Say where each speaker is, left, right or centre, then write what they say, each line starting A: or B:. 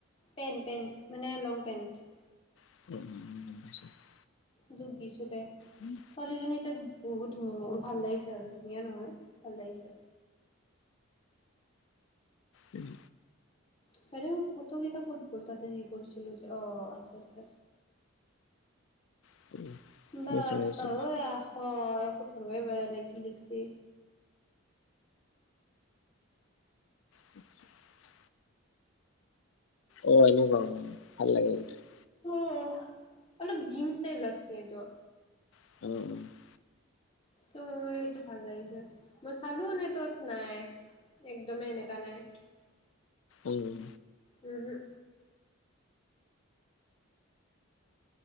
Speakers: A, on the left; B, on the left.
A: পেণ্ট-পেণ্ট মানে লং পেণ্ট।
B: <unintelligible>
A: দুখ দিছো দে।
B: উম।
A: ছোৱালীজনী তাক বহুত ধুনীয়া ভাল লাগিছে আৰু ধুনীয়া নহয় ভাল লাগিছে।
B: উম।
A: সেইটো ফটো কেইটা ক'ত গ'ল তাতে সেই কৰিছিলো যে অ' আছে-আছে।
B: <unintelligible>
A: বাপ
B: চাই আছো
A: পা আক আকৌ ধৰবাই ব নাই কি লিখিছে।
B: ঠিক আছে। অ' এনেকুৱা হয়, ভাল লাগে তেতিয়া।
A: অহ', অলপ জিন্ছ টাইপ লাগছে এইটো।
B: <unintelligible>
A: ত' মোৰ এইটো ভাল লাগিছে মই চালো নে তাত নাই। একদমেই এনেকুৱা নাই।
B: উম।
A: উম-হুম।